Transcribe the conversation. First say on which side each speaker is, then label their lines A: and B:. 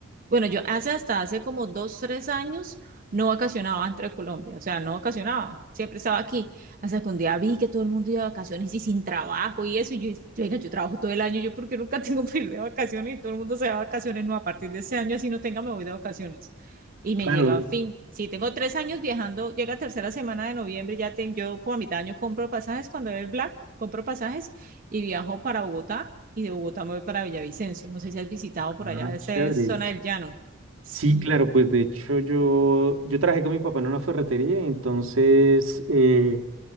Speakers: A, on the right (about 45°); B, on the right (about 80°).
A: Bueno, yo hace hasta hace como dos, tres años no vacacionaba dentro de Colombia, o sea, no vacacionaba, siempre estaba aquí. Hasta que un día vi que todo el mundo iba de vacaciones y sin trabajo y eso, y yo, dije, yo, venga, yo trabajo todo el año, yo porque nunca <laughs> tengo que ir de vacaciones y todo el mundo se va de vacaciones, no, a partir de este año así no tenga, me voy de vacaciones. Y me
B: Claro,
A: llega a fin, si tengo tres años viajando, llega tercera semana de noviembre, ya tengo, yo como a mitad de año compro pasajes cuando es el Black, compro pasajes y viajo para Bogotá y de Bogotá me voy para Villavicencio. No sé si has visitado por
B: ah,
A: allá esa
B: chévere.
A: es zona del llano. Sí.
B: Sí, claro, pues de hecho yo, yo trabajé con mi papá en una ferretería, entonces eh,